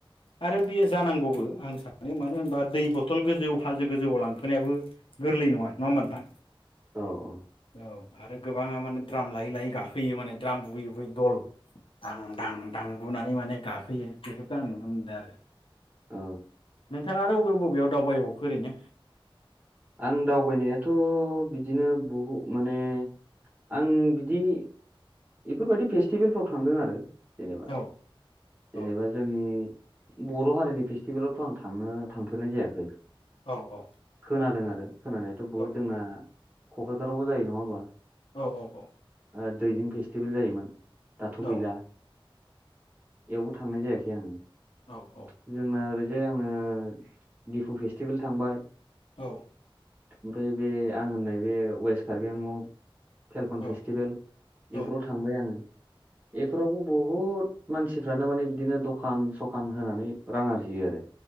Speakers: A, on the left; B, on the right.
A: आरो बियो जानांगौबो आं सानो मानो होनबा दै बथल गोजौ हाजो गोजौ लांखोनायाबो गोरलै नंङा नंङा होमबा नोंथां।
B: औ
A: औ आरो गोबांङा माने द्राम लायै लायै गाखोयो माने द्राम बुुयै बुयै दल। आं दां दां दां बुनानै माने। गाखोयो बे। आं नुनो मोनदों आरो।
B: औ।
A: नोंथाङा आरो बबे बबेयाव दावबाय बावखो ओैरैनो।
B: आं दावबायनायाथ बिदिनो बहुद माने। आं बिदि। बेफोरबायदि फेस्टिभेलफ्राव थांदों आरो। जेनेबा
A: औ
B: जेनेबा
A: औ
B: जोंनि। बर हारिनि फेस्टिभेलावथ आं थांनो थांफेरनाय जायाखै।
A: औ औ
B: खोनादों आरो। खोनानायाथ बहुद
A: औ
B: जोंना। कक्राझारावबो जायो नंङा होमबा।
A: औ- औ -औ-।
B: ओ दैजों फेस जायोमोन दाथ
A: औ
B: गैला । बेयावबो थांनाय जायाखै आंङो ।
A: औ
B: जोंना ओरै जे आंङो दिफु फेस्टिभेल थांबाय।
A: औ।
B: ओमफ्राय बे आं होननाय बे वेस्ट कार्बि आंलं फेलखन फेस्टिभेल
A: औ औ
B: एफोराव थांबाय आंङो एफोरावबो बहुद हुद मानसिफ्रानो माने बिदिनो दखान सखान होनानै रां आरजियोआरो।